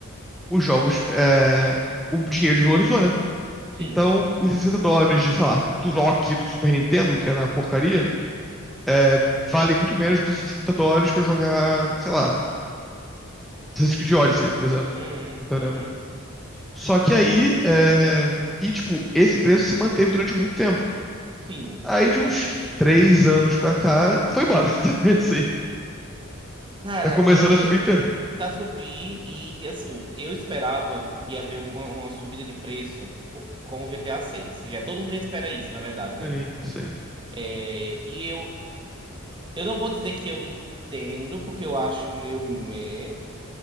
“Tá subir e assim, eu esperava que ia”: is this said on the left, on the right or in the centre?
Right